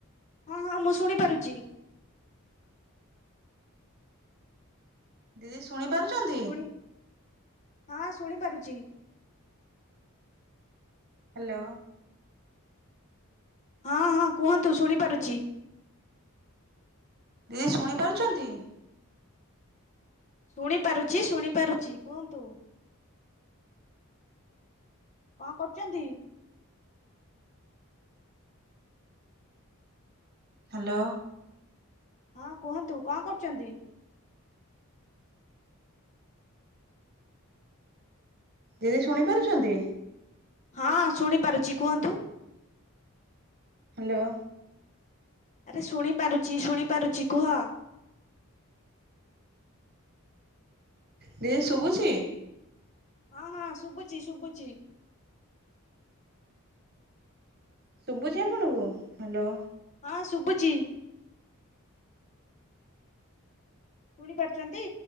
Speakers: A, on the left (about 35°); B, on the right (about 50°).
A: ହଁ ହଁ ମୁଁ ଶୁଣିପାରୁଚି।
B: ଦିଦି ଶୁଣି ପାରୁଚନ୍ତି
A: ଶୁଣି ହଁ ଶୁଣି ପାରୁଚି।
B: ହାଲୋ।
A: ହଁ ହଁ କୁହନ୍ତୁ ଶୁଣିପାରୁଚି।
B: ଦିଦି ଶୁଣି ପାରୁଚନ୍ତି
A: ଶୁଣି ପାରୁଚି ଶୁଣି ପାରୁଚି କୁହନ୍ତୁ। ଙ୍କ କରୁଚନ୍ତି?
B: ହାଲୋ।
A: ହଁ କୁହନ୍ତୁ ଙ୍କ କରୁଚନ୍ତି?
B: ଦିଦି ଶୁଣି ପାରୁଚନ୍ତି
A: ହଁ ଶୁଣିପାରୁଚି କୁହନ୍ତୁ।
B: ହାଲୋ।
A: ଆରେ ଶୁଣିପାରୁଚି ଶୁଣିପାରୁଚି କୁହ।
B: ଦିଦି ଶୁଭୁଚି
A: ହଁ ହଁ ଶୁବୁଚି ଶୁବୁଚି।
B: ଶୁବୁଚି ଆପଣଙ୍କୁ ହାଲୋ।
A: ହଁ ଶୁବୁଚି। ଶୁଣି ପାରୁଚନ୍ତି